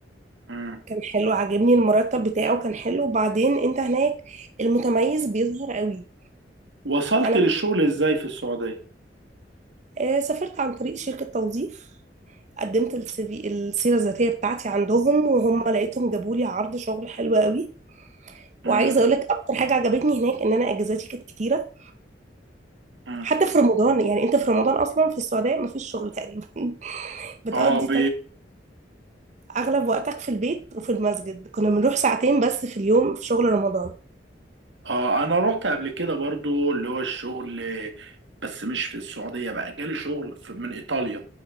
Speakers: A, on the right (about 80°); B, on the right (about 40°).
A: مم.
B: كان حلو عجبني المرتب بتاعه كان حلو وبعدين انت هناك المتميز بيظهر قوي
A: وصلت
B: انا
A: للشغل ازاي في السعودية
B: آه، سافرت عن طريق شركه توظيف قدمت السي في السيره الذاتيه بتاعتي عندهم وهم لقيتهم جابوا لي عرض شغل حلو قوي
A: مم.
B: وعايزه اقول لك اكتر حاجه عجبتني هناك ان انا اجازاتي كانت كتيره
A: مم.
B: حتى في رمضان يعني انت في رمضان اصلا في السعوديه مفيش شغل تقريبا <laughs> بتقضي
A: اه ب...
B: تل- اغلب وقتك في البيت وفي المسجد كنا بنروح ساعتين بس في اليوم في شغل رمضان
A: اه انا رحت قبل كده برضو اللي هو الشغل بس مش في السعودية بقى جالي شغل في- من ايطاليا